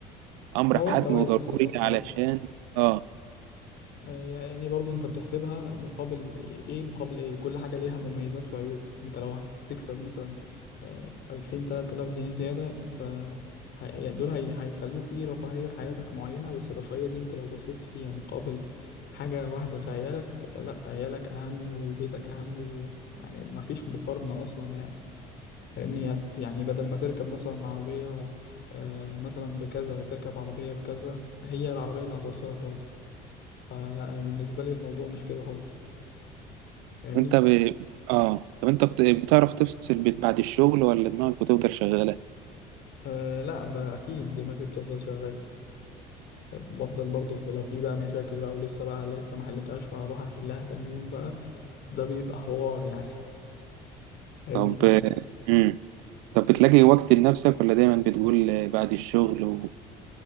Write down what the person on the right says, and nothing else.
امر
حتمي وضروري
علشان
اه
انت ب... اه طب انت بت- بتعرف تفصل بت- بعد الشغل ولا دماغك بتفضل شغالة
طب امم طب بتلاقي وقت لنفسك ولا دايما بتقول بعد الشغل وما